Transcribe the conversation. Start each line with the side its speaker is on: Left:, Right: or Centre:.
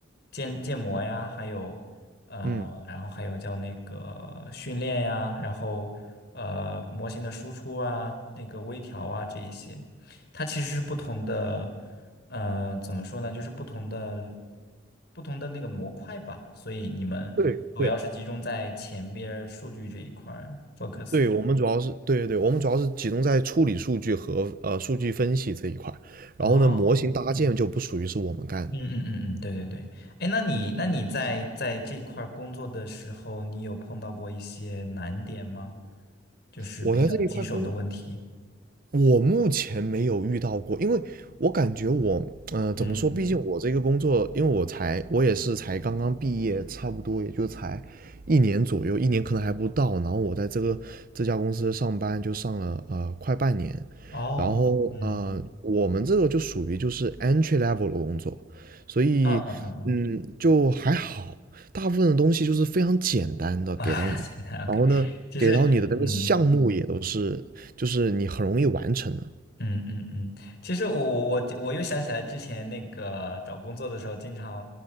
Left: 建建模呀，还有。呃，
Right: 嗯，
Left: 然后还有叫那个训练呀，然后呃模型的输出啊，那个微调啊这一些，它其实是不同的，呃，怎么说呢，就是不同的不同的那个模块吧，所以你们主要是集中在前面儿数据这一块儿
Right: 对对
Left: focus。
Right: 对，我们主要是对对对，我们主要是集中在处理数据和呃数据分析这一块儿然后呢，
Left: 哦，
Right: 模型搭建就不属于是我们干的
Left: 嗯嗯嗯嗯，对对对，哎，那你那你在在这块儿工作的时候，你有碰到过一些难点吗？就是比较棘手的问题。
Right: 我在这一块工我目前没有遇到过，因为我感觉我，呃，
Left: 嗯。
Right: 怎么说？毕竟我这个工作，因为我才，我也是才刚刚毕业，差不多也就才一年左右，一年可能还不到。然后我在这个这家公司上班，就上了呃快半年。
Left: 哦，
Right: 然后呃，
Left: 嗯，
Right: 我们这个就属于就是 entry level 的工作，所以嗯，
Left: 嗯嗯嗯嗯嗯
Right: 就还好，大部分的东西就是非常简单的给到你。
Left: 啊，<laughs> 现在 OK，
Right: 然后呢，
Left: 其实，
Right: 给到你的那个项目也都是就是你很容易完成的。
Left: 嗯嗯嗯嗯，其实我我我我又想起来之前那个找工作的时候，经常